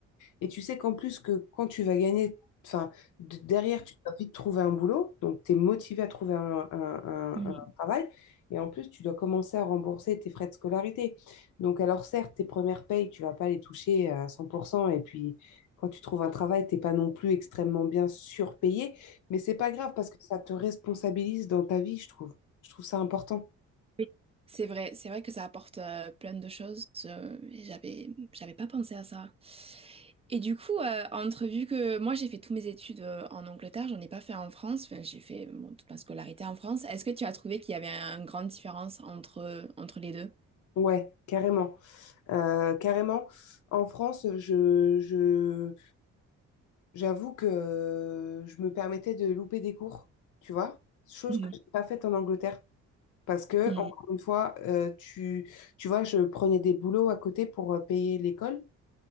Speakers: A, on the left; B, on the right.
A: Et, et tu sais qu'en plus que quand tu vas gagner, enfin, de- derrière, tu vas vite trouver un boulot. Donc, tu es motivé à trouver un, un- un-
B: Mhm.
A: un travail. Et en plus, tu dois commencer à rembourser tes frais de scolarité. Donc, alors certes, tes premières payes, tu vas pas les toucher à 100%. Et puis, quand tu trouves un travail, t'es pas non plus extrêmement bien surpayé. Mais c'est pas grave parce que ça te responsabilise dans ta vie, je trouve. Je trouve ça important.
B: Oui, C'est vrai, c'est vrai que ça apporte euh, plein de choses. euh, et j'avais, j'avais pas pensé à ça. Et du coup, euh, entre vu que moi j'ai fait toutes mes études euh, en Angleterre, j'en ai pas fait en France. Enfin, j'ai fait bon, toute ma scolarité en France. Est-ce que tu as trouvé qu'il y avait une grande différence entre entre les deux?
A: Ouais, carrément. Euh, carrément, en France, je, je, j'avoue que euh, je me permettais de louper des cours, tu vois, chose
B: Mhm.
A: que je n'ai pas faite en Angleterre. Parce que,
B: Mhm.
A: encore une fois, euh, tu, tu vois, je prenais des boulots à côté pour euh, payer l'école.